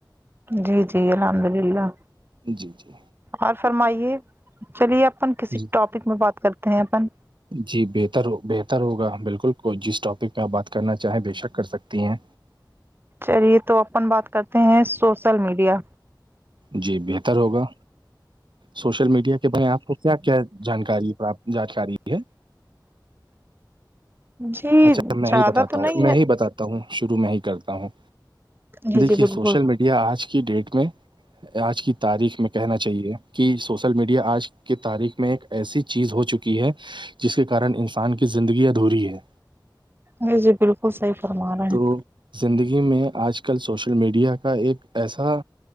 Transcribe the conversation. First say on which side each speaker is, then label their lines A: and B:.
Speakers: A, on the right (about 30°); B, on the right (about 90°).
A: جی جی الحمد للہ
B: جی جی
A: اور فرمائیے چلیے اپن کسی
B: جی
A: ٹاپک میں بات کرتے ہیں اپن
B: جی بہتر بہتر ہوگا بالکل کو جس ٹاپک میں آپ بات کرنا چاہیں بے شک کر سکتی ہیں
A: چلیے تو اپن بات کرتے ہیں سوشل میڈیا
B: جی بہتر ہوگا سوشل میڈیا کے باری میں آپ کو کیا کیا جانکاری جانکاری ہے
A: جی
B: اچھا میں
A: زیادہ
B: ہی بتاتا
A: تو
B: ہوں
A: نہیں
B: میں
A: ہے
B: ہی بتاتا ہوں ہوں شروع میں ہی کرتا ہوں
A: جی
B: دیکھیے
A: جی بالکل
B: سوشل میڈیا آج کی ڈیٹ میں آج کی تاریخ میں کہنا چاہیے کہ سوشل میڈیا آج کے تاریخ میں ایک ایسی چیز ہو چکی ہے جس کے کارن انسان کی زندگی ادھوری ہے
A: جی جی بالکل صحیح فرما رہے ہیں
B: تو زندگی میں آج کل سوشل میڈیا کا ایک ایسا